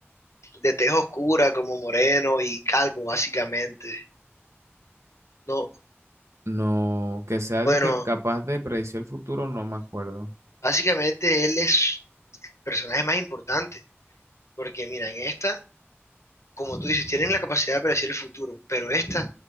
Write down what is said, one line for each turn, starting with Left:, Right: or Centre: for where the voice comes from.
Left: de tez oscura, como moreno y calvo, básicamente? No,
Right: No, que sea
Left: bueno.
Right: que capaz de predecir el futuro, no me acuerdo.
Left: Básicamente él es el personaje más importante, porque mira, en esta, como tú dices, tienen la capacidad de predecir el futuro, pero esta